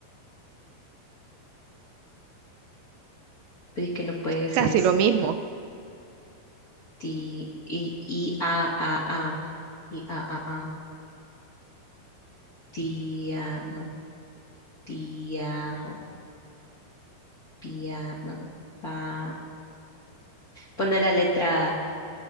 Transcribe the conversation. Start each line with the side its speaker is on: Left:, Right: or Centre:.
Left: Pero es que no puede ser
Right: Casi
Left: es
Right: lo mismo.
Left: ti- i i a a a. Y a, a, a, tía, no, tiajo, pia, no, pa. Pone la letra